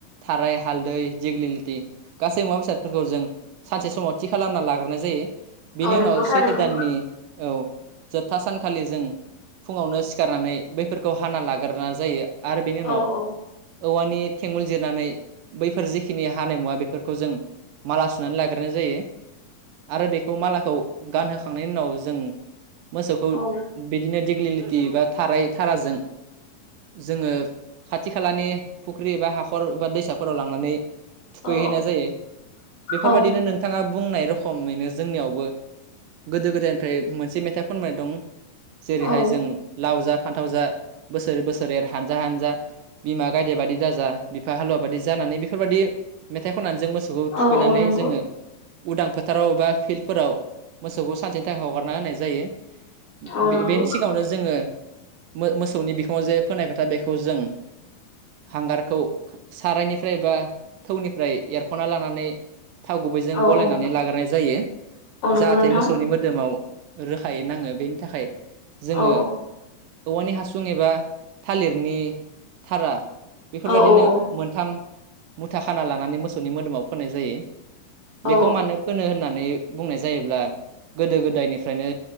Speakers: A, on the right (about 80°); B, on the left (about 65°).
A: थाराय हालदै दिेग्लिलिथि गासै मुवा बेसादफोरखौ जों सानसे समाव थि खालामना लाग्रोनाय जायो। बिनि
B: औ नंगौ
A: उनाव
B: थारैनो
A: सैथो दाननि औ। जोबथा सानखालि जों फुङावनो सिखारनानै बैफोरखौ हाना लाग्रोना जायो आरो बेनि उनाव
B: औ औ
A: औवानि थेंगल जिरनानै बैफोर जिखिनि हानाय मुवा बेफोर फोरखौ जों माला सुनानै लाग्राय जायो। आरो बेखौ मालाखौ गानहोखांनायनि उनाव जों मोसौखौ
B: औ
A: बिदिनो दि ग्लिलिथि बा थाराइ थाराजों जोङो खाथि खालानि फुख्रि बा हाखर बा दैसाफोराव लांनानै थुखैहैनाय
B: औ
A: जायो बेफोरबायदिनो
B: औ
A: नोंथाङा बुंनाय रखमैनो जोंनियावबो गोदो गोदायनिफ्राय मोनसे मेथाइ खनबोनाय दं जेरैहाय
B: औ
A: जों लाउ जा फान्थावजा बोसोर बोसोर एर हानजा हानजा बिमा गायदे बादि दाजा बिफा हालुवा बादि जानानै बेफोरबायदि मेथाइ खननानै जों मोसौखौ थुखैनानै
B: औ औ नंगौ
A: जोङो उदां फोथाराव बा फिल्डफोराव मोसौखौ सानसेनि थाखाय हगारना होनाय जायो।
B: औ
A: बे-बेनि
B: नंगौ
A: सिगाङावनो जोङो मो-मोसौनि बिखङाव जे फोनाय फोथा बेखौ जों हांगारखौ सारायनिफ्राय बा निफ्राय एरख'ना लानानै थाव गुबैजों
B: औ
A: गलायनानै
B: औ
A: लाग्रोनाय जायो
B: औ नंगौ
A: जाहाथे
B: नोंथां
A: मोसौनि मोदोमाव रोखायै नाङो बेनि थाखाय जोङो
B: औ
A: औवानि हासुं एबा थालिरनि थारा बेफोरबादिनो
B: औ औ औ
A: मोनथाम खाना लानानै मोसौनि मोदोमाव फोनाय जायो बेखौ
B: औ
A: मानो फोनो होननानै बुंनाय जायोब्ला गोदो गोदायनिफ्रायनो